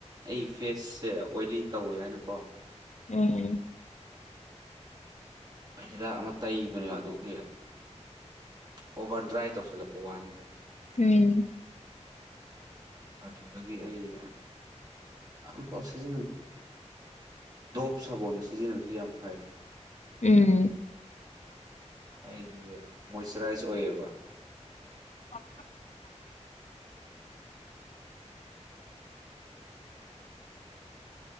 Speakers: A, on the right; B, on the left.
A: ꯑꯩ ꯐꯦꯁꯁꯦ ꯑꯣꯏꯂꯤ ꯇꯧꯋꯦ ꯍꯥꯏꯅꯀꯣ
B: ꯎꯝ
A: ꯍꯤꯗꯥꯛ ꯑꯃ ꯇꯩꯕꯅꯦꯕ ꯑꯗꯨꯒꯤ ꯑꯣꯚꯔ ꯗ꯭ꯔꯥꯏ ꯇꯧꯁꯤꯜꯂꯛꯄ ꯋꯥꯅꯤꯗ
B: ꯎꯝ
A: ꯑꯗꯨꯗꯒꯤ ꯑꯩ ꯑꯝꯐꯥꯎ ꯁꯤꯖꯤꯟꯅꯗ ꯗꯣꯞ ꯁꯥꯕꯅ ꯁꯤꯖꯤꯟꯅꯕꯁꯤ ꯌꯥꯝ ꯐꯩ
B: ꯎꯝ
A: ꯑꯩꯗꯤ ꯃꯣꯏꯆꯔꯥꯏꯁ ꯑꯣꯏꯌꯦꯕ
B: <inaudible>